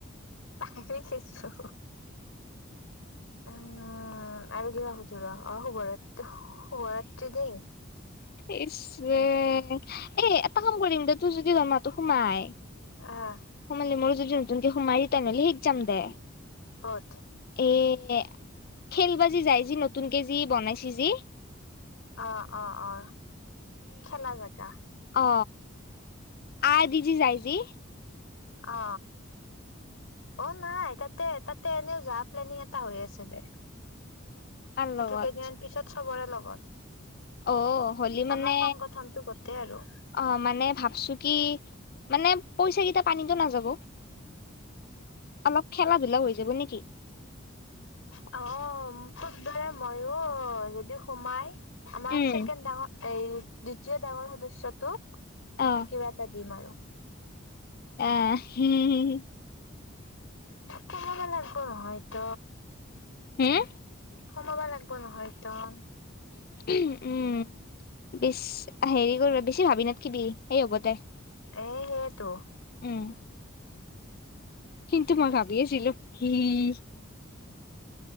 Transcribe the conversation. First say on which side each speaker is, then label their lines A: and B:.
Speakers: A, on the left (about 85°); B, on the left (about 45°).
A: পাহৰি গিছো। উম্ আৰু কিবা সুধ অ শুভৰাত শুভৰাত্ৰি দেই।
B: ইচ্ ৰে! এ এটা কাম কৰিম দে তোৰ যদি দৰমাহটো সোমাই
A: আহ্
B: সোমালে মোৰ যদি নতুনক সোমাই তেনহ'লে শিক যাম দে।
A: কঠ
B: এই খেলিবা যে যায় যে নতুনকে যি বনাইছে যি
A: অ অ অ। খেলা জেগা।
B: অ্ আই দিজি যাই যি
A: অ্ঁ অ নাই তাতে তাতে এনেও যাৱা প্লেনিং এটা হৈ আছে দে।
B: তাৰ
A: সেইটো
B: লগত
A: কেইদিনমান পিছত চবৰে লগত
B: অ হলি মানে
A: আমাৰ সংগঠনটো গটেই আৰু
B: অ মানে ভাবছো কি- মানে পইচা কেইটা পানীতো নাযাব। অলপ খেলা-ধূলা হৈ যাব নে কি?
A: অ্ঁ তুত দৰে ময়ো যদি সোমাই আমাৰ
B: উম
A: চেকেণ্ড ডাঙৰ এই দ্বিতীয় ডাঙৰ সদস্যটো
B: অ
A: কিবা এটা দিম আৰু।
B: এহ হি হি হি হি।
A: সুমাব লাগব নহয় ত'।
B: হুম?
A: সোমাবা লাগব নহয় একদম।
B: উম', বিছ হেৰি কৰি বেছি ভাবি নাথকিবি, সেই হ'ব দে।
A: এ্ সেইয়েতো।
B: উম কিন্তু
A: উম,
B: মই ভাবি আছিলো, হি হি হি।